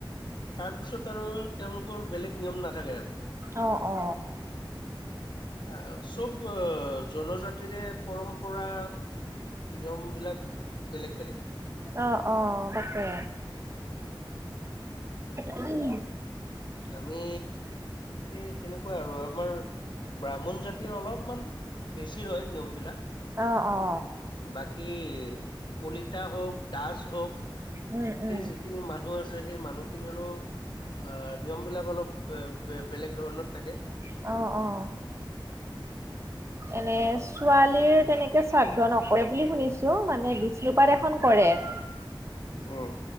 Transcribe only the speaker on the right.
অ অ
অ অ তাকে ওম
অ অ
উম,
উম,
অ অ এনে ছোৱালীৰ তেনেকে শ্ৰাদ্ধ নকৰে বুলি শুনিছো মানে বিষ্ণুপাত এখন কৰে। <inaudible>